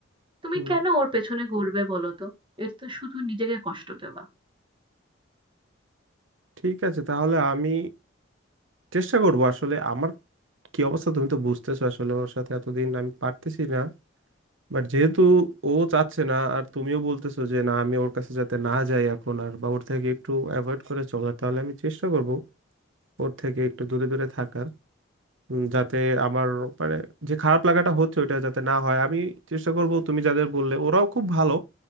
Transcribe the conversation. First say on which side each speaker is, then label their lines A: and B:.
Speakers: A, on the right; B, on the right.
A: তুমি
B: হুম,
A: কেন ওর পেছনে ঘুরবে বলো তো এর তো শুধু নিজেকে কষ্ট দেওয়া
B: ঠিক আছে তাহলে আমি চেষ্টা করব আসলে আমার কি অবস্থা তুমি তো বুঝতেছো আসলে ওর সাথে এতদিন আমি পারতেছি না বাট যেহেতু ও চাচ্ছে না আর তুমিও বলতেছো যে না আমি ওর কাছে যাতে না যাই এখন আর বা ওর থেকে একটু অ্যাভয়েড করে চলার তাহলে আমি চেষ্টা করব ওর থেকে একটু দূরে দূরে থাকার উম, যাতে আমার মানে যে খারাপ লাগাটা হচ্ছে ওইটা যাতে না হয় আমি চেষ্টা করব তুমি যাদের বললে ওরাও খুব ভালো